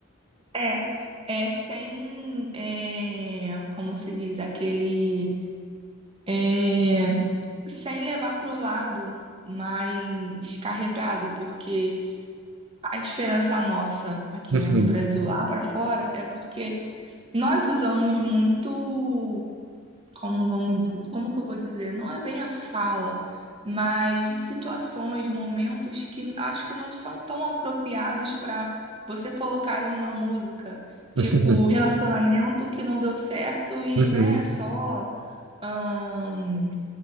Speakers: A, on the right; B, on the right.
A: É, é sem, é, como se diz, aquele, é, sem levar para o lado mais carregado, porque a diferença nossa aqui,
B: Uhum.
A: né, do Brasil lá para fora é porque nós usamos muito como vamos dizer, como que eu vou dizer? Não é bem a fala, mas de situações, momentos que acho que não são tão apropriados para você colocar em uma música, tipo
B: <laughs>
A: relacionamento que não deu certo e,
B: Uhum.
A: né, só ahn,